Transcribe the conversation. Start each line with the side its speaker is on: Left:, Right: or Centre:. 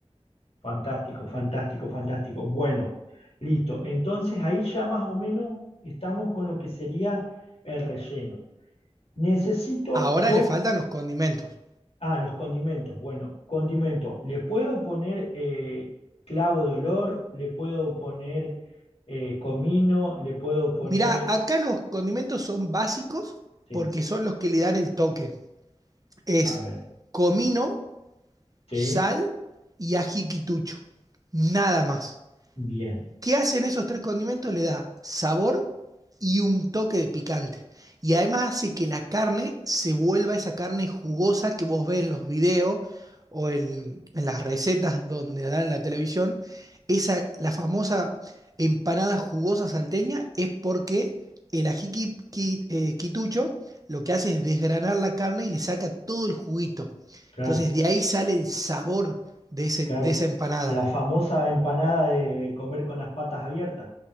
Left: fantástico, fantástico, fantástico. Bueno, listo. Entonces ahí ya más o menos estamos con lo que sería el relleno. Necesito
Right: Ahora
Left: dos
Right: le faltan los condimentos.
Left: Ah, los condimentos. Bueno, condimento. Le puedo poner eh, clavo de olor, le puedo poner eh, comino, le puedo poner...
Right: Mirá, acá los condimentos son básicos
Left: Sí,
Right: porque son los que le dan el toque. Es
Left: a ver.
Right: comino,
Left: Sí,
Right: sal y ají quitucho. Nada más.
Left: bien,
Right: ¿Qué hacen esos tres condimentos? Le da sabor y un toque de picante. Y además hace que la carne se vuelva esa carne jugosa que vos ves en los videos o en, en las recetas donde la dan en la televisión. Esa, la famosa empanada jugosa salteña es porque el ají qui- qui- eh, quitucho lo que hace es desgranar la carne y le saca todo el juguito.
Left: claro,
Right: Entonces de ahí sale el sabor de, ese-
Left: claro.
Right: de esa empanada.
Left: La famosa empanada de comer con las patas abiertas.